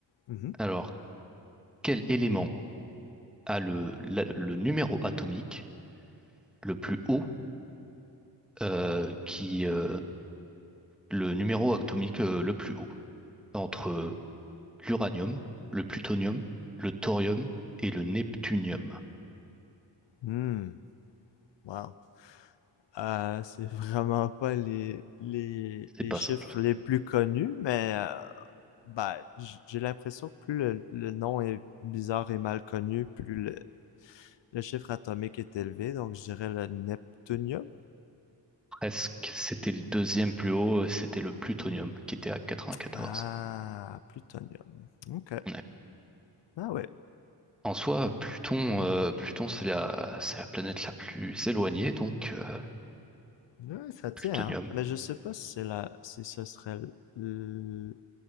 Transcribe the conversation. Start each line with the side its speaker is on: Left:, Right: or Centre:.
Left: Mhm.
Centre: Alors, quel élément a le, la- le numéro atomique le plus haut, euh, qui, euh, le numéro atomique euh, le plus haut, entre euh, l'uranium, le plutonium, le thorium et le neptunium?
Left: Hmm. Wow. Euh, c'est vraiment pas les, les,
Centre: C'est
Left: les
Centre: pas
Left: chiffres
Centre: simple.
Left: les plus connus, mais euh, bah, j- j'ai l'impression que plus le, le nom est bizarre et mal connu, plus le, le chiffre atomique est élevé. Donc, je dirais le neptunium.
Centre: Presque, c'était le deuxième plus haut, euh, c'était le plutonium qui était à 94.
Left: Ah, plutonium. Ok.
Centre: Ouais.
Left: Ah ouais.
Centre: En soi, Pluton, euh, Pluton, c'est la, c'est la planète la plus éloignée, donc euh,
Left: Ouais, ça tient,
Centre: plutonium.
Left: hein. Mais je sais pas si c'est la, si ce serait l-